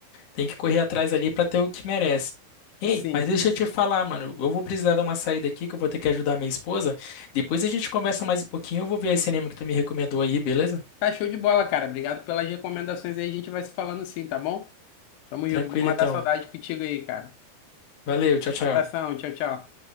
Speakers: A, on the left; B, on the left.
A: tem que correr atrás ali pra ter o que merece. Ei,
B: Sim.
A: mas deixa eu te falar, mano. Eu vou precisar dar uma saída aqui que eu vou ter que ajudar minha esposa. Depois a gente conversa mais um pouquinho. Eu vou ver esse anime que tu me recomendou aí, beleza?
B: Tá show de bola, cara. Obrigado pelas recomendações aí. A gente vai se falando sim, tá bom? Tamo
A: Tranquilo,
B: junto. Vamos matar
A: então.
B: a saudade contigo aí, cara.
A: Valeu, tchau, tchau.
B: Abração. Tchau, tchau.